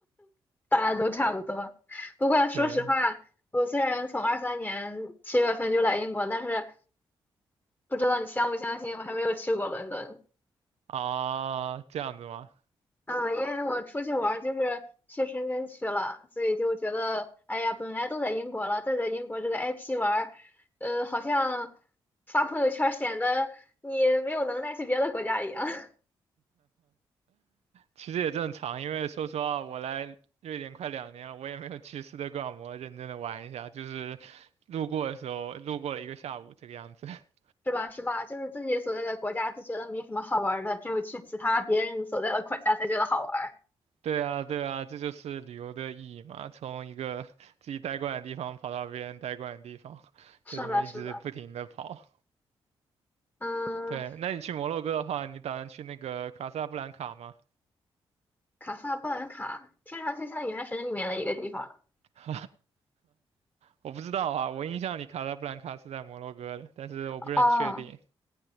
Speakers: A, on the left (about 15°); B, on the right (about 65°).
A: 大家都差不多。不过说实话，
B: 对
A: 我虽然从二三年七月份就来英国，但是不知道你相不相信，我还没有去过伦敦。
B: 啊，这样子吗？
A: 嗯，因为我出去玩儿就是去深圳去了，所以就觉得，哎呀，本来都在英国了，再在英国这个 IP 玩儿，呃，好像发朋友圈儿显得你没有能耐去别的国家一样，<laughs>
B: 其实也正常，因为说实话，我来瑞典快两年了，我也没有去斯德哥尔摩认真的玩一下，就是路过的时候，路过了一个下午这个样子。<laughs>
A: 是吧？是吧？就是自己所在的国家就觉得没什么好玩儿的，只有去其他别人所在的国家才觉得好玩儿。
B: 对啊，对啊，这就是旅游的意义嘛，从一个自己待惯的地方跑到别人待惯的地方，就这么一直不停的跑。
A: 是的，是的，嗯，
B: 对，那你去摩洛哥的话，你打算去那个卡萨布兰卡吗？
A: 卡萨布兰卡听上去像《原神》里面的一个地方
B: <laughs> 我不知道啊，我印象里卡萨布兰卡是在摩洛哥的，但是我不是很确定
A: 哦，